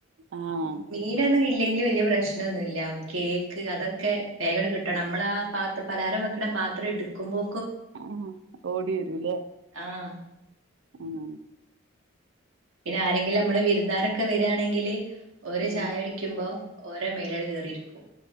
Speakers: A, on the right (about 60°); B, on the right (about 85°).
A: ആഹ്
B: മീനാണെ ഇല്ലെങ്കിലും വലിയ പ്രശ്നൊന്നുല്ല കേക്ക് അതൊക്കെ വേഗണ്ട് കിട്ടണം മ്മള് ആ പാത്ര പലഹാരം വെക്കണ പാത്രം എടുക്കുമ്പോ
A: ആ ഓടി വരൂല്ലേ
B: ആഹ്
A: ഉം
B: പിന്നെ ആരെങ്കിലും മ്മള് വിരുന്നാരൊക്കെ വെരിയാണെങ്കില്- ഓര്
A: ഏഹ്
B: ചായ കുടിക്കുമ്പോ ഓരെ മേലാണ്ട് കയറിയിരിക്കും